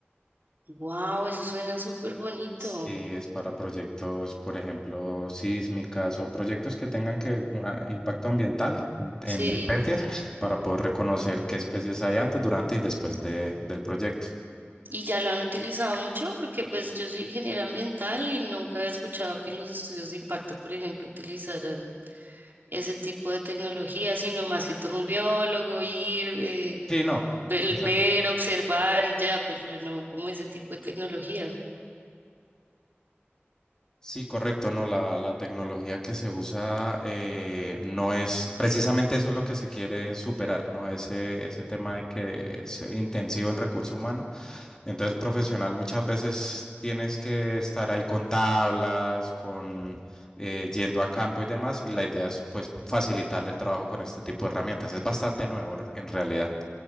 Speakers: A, on the right; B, on the left.
A: Wow, eso suena súper bonito.
B: Si es para proyectos, por ejemplo, sísmicas o proyectos que tengan que ah, impacto ambiental en, en
A: Sí.
B: especies para poder reconocer qué especies hay antes, durante y después de- del proyecto.
A: ¿Y ya lo han utilizado mucho? Porque pues yo soy ingeniera ambiental y nunca había escuchado que en los estudios de impacto, por ejemplo, utilizaran ese tipo de tecnología, sino más que todo un biólogo ir, eh,
B: Sí, no,
A: el
B: exacto.
A: ver, observar y ya, pero no como ese tipo de tecnología.
B: Sí, correcto, no, la, la tecnología que se usa eh, no es, precisamente eso es lo que se quiere superar, ¿no? Ese, ese tema de que es intensivo en recurso humano. Entonces, el profesional muchas veces tienes que estar ahí con tablas, con eh, yendo a campo y demás, y la idea es pues facilitarle el trabajo con este tipo de herramientas. Es bastante nuevo en realidad.